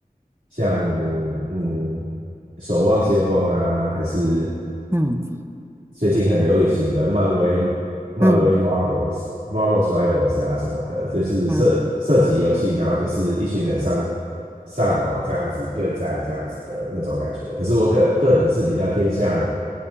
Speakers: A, on the right (about 65°); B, on the right (about 15°).
A: 像嗯《守望先锋》啊，还是
B: 嗯
A: 最近很流行的漫威、漫威
B: 嗯
A: Marvels、Marvels Rivals 啊什么的，就是射涉及游戏，
B: 嗯，
A: 然后就是一群人上上网这样子对战这样子的那种感觉。可是我个个人是比较偏向